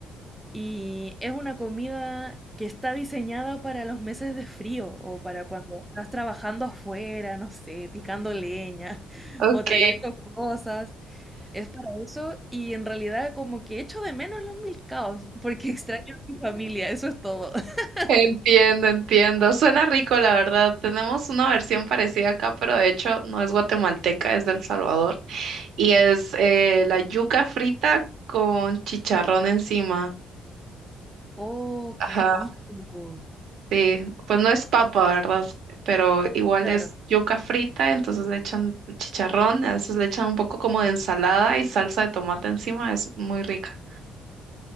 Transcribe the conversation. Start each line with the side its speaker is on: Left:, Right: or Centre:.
Centre: y es una comida que está diseñada para los meses de frío o para cuando estás trabajando afuera, no sé, picando leña <laughs>
Right: Ok.
Centre: o trayendo cosas. Es para eso y en realidad como que echo de menos los milcaos porque <laughs> extraño a mi familia, eso es todo. <laughs>
Right: Entiendo, entiendo. Suena rico, la verdad. Tenemos una versión parecida acá, pero de hecho no es guatemalteca, es del Salvador. Y es eh, la yuca frita con chicharrón encima.
Centre: Oh,
Right: Ajá,
Centre: qué rico.
Right: sí. Pues no es papa, ¿verdad? Pero igual
Centre: Claro.
Right: es yuca frita, entonces le echan chicharrón, a veces le echan un poco como de ensalada y salsa de tomate encima. Es muy rica.